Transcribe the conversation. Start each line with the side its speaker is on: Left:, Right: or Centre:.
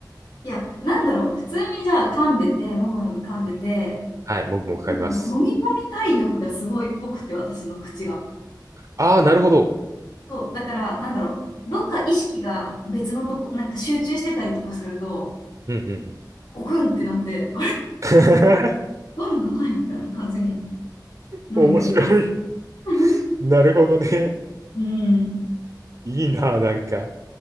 Left: や、なんだろう。普通にじゃあ噛んでて、もぐもぐ噛んでて、
Right: うん、はい、もぐもぐ噛みます。
Left: なんかもう飲み込みたい欲がすごいっぽくて、私の口が。
Right: ああ、なるほど。
Left: そう、だから、なんだろう、どっか意識が別のとこ、なんか集中してたりとかすると、
Right: うんうんうん。
Left: ゴクンってなって、あれ、
Right: <laughs>
Left: ガムがないみたいな感じになりがちです。
Right: 面白い。
Left: <laughs>
Right: なるほどね。<laughs>
Left: うん。
Right: いいな、なんか。